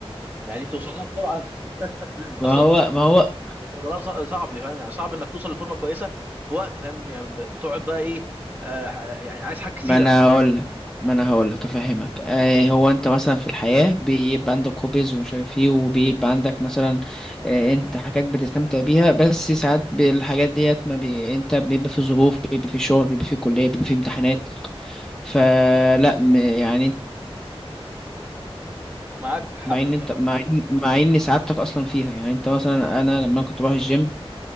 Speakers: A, on the right; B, in the centre.
A: يعني دي توصل لها بسرعه <laughs>
B: ما
A: اصلا
B: هو
A: توصل لها
B: ما هو
A: توصل لها صع- صعب فاهم يعني صعب انك توصل لفورمه كويسه في وقت فاهم يعني ب- بتقعد بقى ايه آه، ح- يعني عايز حاجات كتيره
B: ما انا
A: فاهم
B: هقول لك ما انا هقول لك افهمك آه هو انت مثلا في الحياه بيبقى عندك هوبيز ومش عارف ايه وبيبقى عندك مثلا آه انت حاجات بتستمتع بيها بس ساعات بالحاجات ديت ما بي... انت بيبقى في ظروف بيبقى في شغل بيبقى في كليه بيبقى في امتحانات فلا م... يعني انت-
A: معاك حق
B: مع ان
A: بصراحه
B: انت مع ان مع ان سعادتك اصلا فيها يعني انت مثلا انا لما كنت بروح الجيم